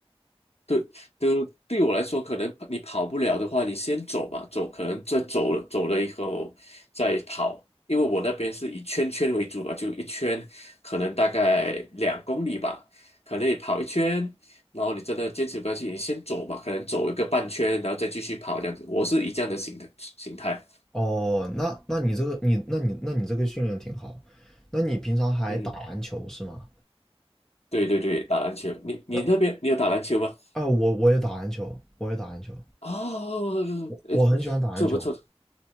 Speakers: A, on the left; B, in the centre.
A: 对，对，对我来说，可能你跑不了的话，你先走嘛，走，可能再走了，走了以后再跑，因为我那边是以圈圈为主嘛，就一圈，可能大概两公里吧，可能你跑一圈，然后你真的坚持不下去，你先走嘛，可能走一个半圈，然后再继续跑这样子，我是以这样的形的形态，
B: 哦，那那你这个你那你那你这个训练挺好。那你平常还打篮球是吗？
A: 嗯，对对对，打篮球，你你那边你有打篮球吗？
B: 那啊，我我也打篮球，我也打篮球，
A: 哦，哎，
B: 我很喜欢打篮球。
A: 这不错，